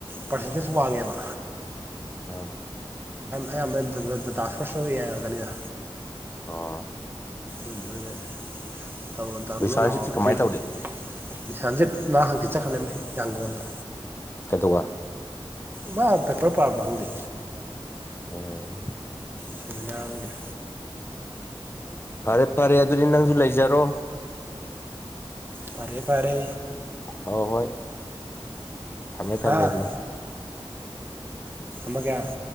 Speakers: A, on the right; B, on the left.
A: ꯄꯥꯔꯁꯦꯟꯇꯦꯖ ꯋꯥꯡꯉꯦꯕ
B: ꯑꯥ
A: ꯑꯌꯥꯝꯕꯗ ꯗꯇꯥ ꯁꯣꯔꯁꯁꯨ ꯏ ꯌꯥꯔꯗꯅꯤꯅ
B: ꯑ
A: ꯑꯗꯨ ꯇꯧꯔꯣ ꯇꯧꯔꯣꯅꯣ
B: ꯕꯤꯁ꯭ꯋꯥꯟꯁꯤꯗꯤ
A: ꯂꯥꯛꯑꯣꯔ
B: ꯀꯃꯥꯏ
A: ꯀꯂ
B: ꯇꯧꯔꯤ
A: ꯁꯥꯟꯁꯤꯠ ꯉꯥ ꯍꯪꯆꯤꯠ ꯆꯠꯈ꯭ꯔꯅꯝꯃꯤ ꯌꯥꯡꯒꯣꯟꯗ
B: ꯑꯗꯨ ꯑꯗꯨꯒꯋꯥ
A: ꯃꯥ ꯄꯦꯄꯔ ꯄꯥꯕ ꯈꯪꯗꯦ
B: ꯎꯝ
A: ꯁꯦꯃꯤꯅꯥꯔ ꯑꯣꯏꯒ
B: ꯐꯔꯦ ꯐꯔꯦ ꯑꯗꯨꯗꯤ ꯅꯪꯁꯨ ꯂꯩꯖꯔꯣ
A: ꯐꯔꯦ ꯐꯔꯦ
B: ꯍ ꯍꯣꯏ ꯊꯝꯃꯦ ꯊꯝꯃꯦ
A: ꯍꯥ
B: ꯑꯗꯨ
A: ꯃꯉ